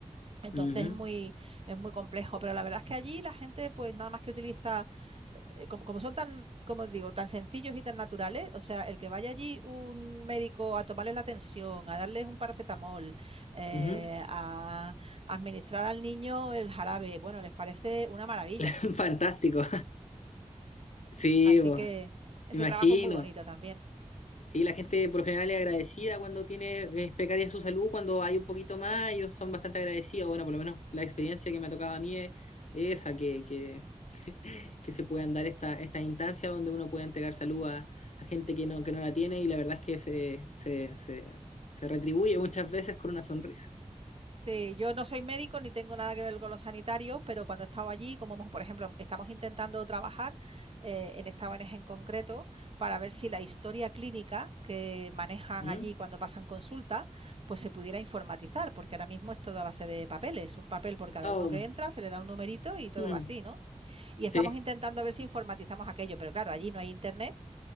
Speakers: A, on the right; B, on the left.
A: entonces
B: Ujú.
A: es muy, es muy complejo, pero la verdad es que allí la gente pues nada más que utiliza, eh, como, como son tan, como digo, tan sencillos y tan naturales, o sea, el que vaya allí un médico a tomarle la tensión, a darles un paracetamol, eh,
B: Ujú.
A: a administrar al niño el jarabe, bueno, les parece una maravilla.
B: <laughs> Fantástico. Sí,
A: Así
B: pues,
A: que ese
B: imagino.
A: trabajo es muy bonito también.
B: Sí, la gente por lo general es agradecida cuando tiene, es precaria su salud, cuando hay un poquito más, ellos son bastante agradecidos. Bueno, por lo menos la experiencia que me ha tocado a mí es esa, que, que, <laughs> que se puedan dar esta, esta instancia donde uno puede entregar salud a, a gente que no, que no la tiene y la verdad es que se, se, se, se retribuye muchas veces con una sonrisa.
A: Sí, yo no soy médico ni tengo nada que ver con los sanitarios, pero cuando he estado allí, como hemos- por ejemplo, estamos intentando trabajar eh, en esta ONG en concreto para ver si la historia clínica que manejan
B: ¿Mm?
A: allí cuando pasan consulta, pues se pudiera informatizar, porque ahora mismo es todo a base de papeles, un papel por cada
B: Oh,
A: uno que entra, se le da un numerito y todo
B: mm,
A: va así, ¿no? Y
B: sí,
A: estamos intentando ver si informatizamos aquello, pero claro, allí no hay internet